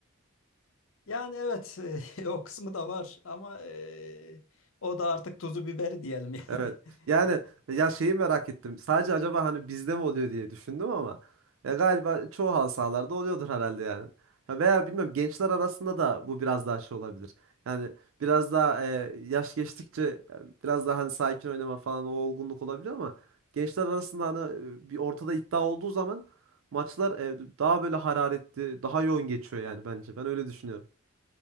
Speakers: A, on the left (about 75°); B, on the right (about 75°).
A: Yani evet <laughs> o kısmı da var ama e, o da artık tuzu biberi diyelim yani.
B: Evet.
A: <laughs>
B: Yani ya şeyi merak ettim. Sadece acaba hani bizde mi oluyor diye düşündüm ama ya galiba çoğu halı sahalarda oluyordur herhalde yani. Ha veya bilmiyorum gençler arasında da bu biraz daha şey olabilir. Yani biraz daha e, yaş geçtikçe e, biraz daha hani sakin oynama falan o olgunluk olabiliyor ama gençler arasında hani e, bir ortada iddia olduğu zaman maçlar e, daha böyle hararetli, daha yoğun geçiyor yani bence. Ben öyle düşünüyorum.